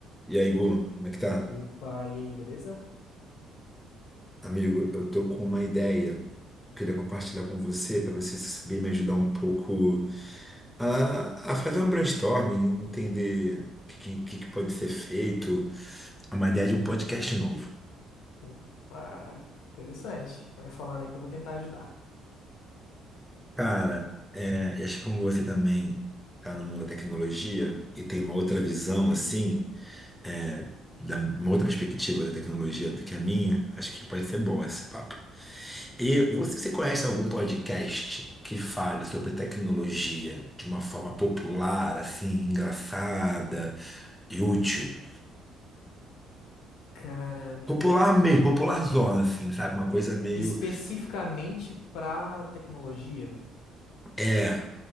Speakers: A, in the centre; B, on the left.
A: E aí, Gu, como é que tá?
B: Opa, e aí, beleza?
A: Amigo, eu tô com uma ideia que eu queria compartilhar com você, para você saber me ajudar um pouco a, a fazer um brainstorming, entender o que, que, que que pode ser feito. É Uma ideia de um podcast novo.
B: Opa, interessante. Vai falando aí que eu vou tentar ajudar.
A: Cara, é, e acho que como você também tá no mundo da tecnologia e tem uma outra visão, assim, é, da- uma outra perspectiva da tecnologia do que a minha, acho que pode ser bom esse papo. E você, você conhece algum podcast que fale sobre tecnologia de uma forma popular, assim, engraçada e útil?
B: Cara,
A: Popular mesmo, popular zona, assim, sabe? Uma coisa meio.
B: especificamente pra tecnologia,
A: É.